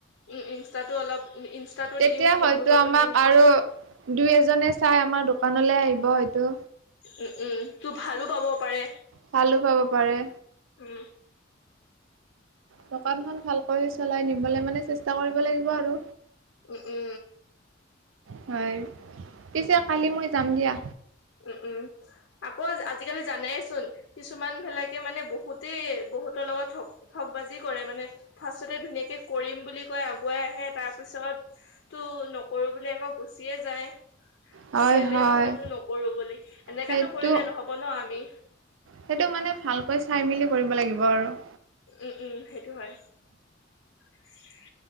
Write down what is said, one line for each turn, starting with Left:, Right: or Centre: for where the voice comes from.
Left: উম উম ইনষ্টাতো ইনষ্টা
Right: তেতিয়া
Left: দিম ফেচবুকতো
Right: হয়তো আমাক
Left: দিম
Right: আৰু দুই এজনে চাই আমাৰ দোকানলে আহিব হয়তু
Left: উম উম তো ভালো পাব পাৰে।
Right: ভালো পাব পাৰে।
Left: উম
Right: দোকানখন ভালকৈ চলাই নিবলে মানে চেষ্টা কৰিব লাগিব আৰু
Left: উ উ
Right: হয়, পিছে কালি মই যাম দিয়া।
Left: উ উ। আকৌ আজি কালি জানাই চোন কিছুমান বিলাকে মানে বহুতেই বহুতৰ লগত হ ঠগ বাজি কৰে মানে, ফাষ্টততে ধুনীয়াকে কৰিম বুলি কয় আগুৱাই আহে তাৰ পিছত তো নকৰো বুলি আকৌ গুচিয়ে যায়।
Right: হয়,
Left: চেলে
Right: হয়।
Left: নহয়তো নকৰো বুলি এনেকাতো
Right: সেইটো,
Left: কৰিলে নহব ন আমি
Right: সেইটো মানে, ভালকৈ চাই মেলি কৰিব লাগিব আৰু
Left: উম উম সেইটো হয়। উ <unintelligible>